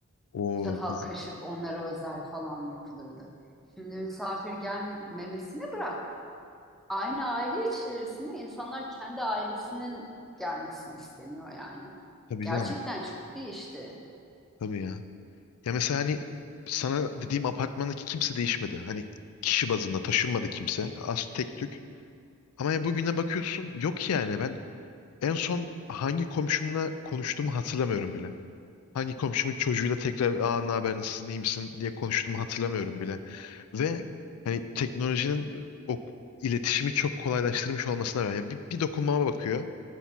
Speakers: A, on the left; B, in the centre.
A: o
B: Çatal
A: biz
B: kaşık onlara özel falan yapılırdı. Şimdi misafir gelmemesini bırak. Aynı aile içerisinde insanlar kendi ailesinin gelmesini istemiyor yani.
A: tabii
B: Gerçekten
A: canım.
B: çok değişti.
A: Tabii ya. Ya mesela hani sana dediğim apartmandaki kimse değişmedi. Hani kişi bazında taşınmadı kimse. Az tek tük. Ama ya bugüne bakıyorsun yok yani ben en son hangi komşumla konuştuğumu hatırlamıyorum bile. Hangi komşumun çocuğuyla tekrar aa ne haber nasılsın iyi misin diye konuştuğumu hatırlamıyorum bile. Ve hani teknolojinin o iletişimi çok kolaylaştırmış olmasına rağmen ya bir, bir dokunmama bakıyor.